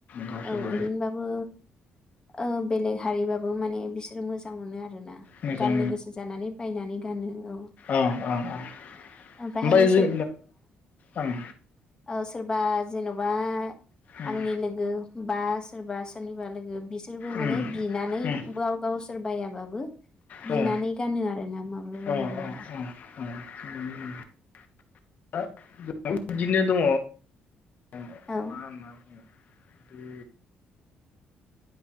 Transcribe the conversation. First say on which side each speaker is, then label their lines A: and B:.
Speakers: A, on the left; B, on the left.
A: गावसोरबो
B: औ ओरैनोबाबो ओ बेलेग हारिब बो माने बिसोरो मोजां मोनो आ रोना।
A: मोजां
B: गाननो गोसो जानानै बायनानै गानो, औ।
A: ओं ओं ओं
B: ओमफ्रायहायो
A: ओमफाय जों ओं।
B: औ सोरबा जेन'बा
A: उम
B: आंनि लोगो बा सोरबा सोरनिबा लोगो बिसोरबो
A: उम
B: माने बिनानै
A: उम
B: बो गाव गावसोर बायाबाबो
A: औ
B: बिनानै गानो आरोना माब्लाबा
A: औ
B: माब्लाबा।
A: <unintelligible> बिदिनो दङ। <unintelligible>
B: औ
A: बे